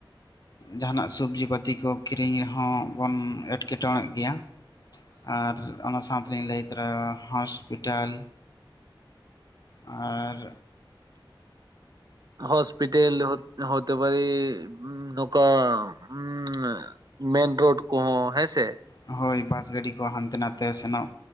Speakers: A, on the left; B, on the right.
A: ᱡᱟᱦᱟᱱᱟᱜ ᱥᱚᱵᱡᱤ ᱯᱟᱹᱛᱤ ᱠᱚ ᱠᱤᱨᱤᱧ ᱨᱮᱦᱚᱸ ᱵᱚᱱ ᱮᱴᱠᱮ ᱴᱚᱬᱮᱜ ᱜᱮᱭᱟ? ᱟᱨ ᱚᱱᱟ ᱥᱟᱶ ᱛᱮᱞᱤᱧ ᱞᱟᱹᱭ ᱛᱚᱨᱟ ᱦᱚᱥᱯᱤᱴᱟᱞ ᱟᱨᱼᱼ
B: ᱦᱚᱥᱯᱤᱴᱮᱞ ᱦᱚᱛᱮ ᱯᱟᱨᱮᱼᱼ ᱱᱚᱱᱠᱟ ᱦᱩᱢ ᱢᱮᱱ ᱨᱳᱰ ᱠᱚᱦᱚᱸ ᱦᱮᱸᱥᱮ
A: ᱦᱳᱭ ᱵᱟᱥ ᱜᱟᱹᱰᱤ ᱠᱚ ᱦᱟᱱᱛᱮ ᱱᱟᱛᱮ ᱥᱮᱱᱚᱜ